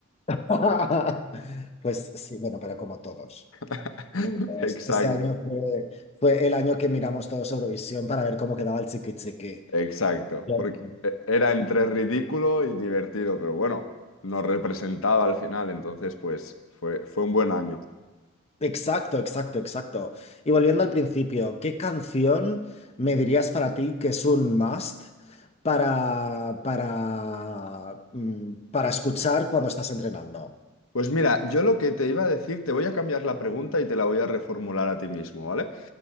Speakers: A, on the left (about 30°); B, on the left (about 75°).
A: <laughs> Pues sí, bueno, pero como todos.
B: <laughs>
A: como todos.
B: Exacto,
A: Ese año fue, fue el año que miramos todos Eurovisión para ver cómo quedaba el chiqui chiqui.
B: exacto.
A: Cierto.
B: Porque e- era entre ridículo y divertido, pero bueno, nos representaba al final, entonces pues fue, fue un buen año.
A: Exacto, exacto, exacto. Y volviendo al principio, ¿qué canción me dirías para ti que es un must para, para, mm, para escuchar cuando estás entrenando?
B: Pues mira, yo lo que te iba a decir, te voy a cambiar la pregunta y te la voy a reformular a ti mismo, ¿vale?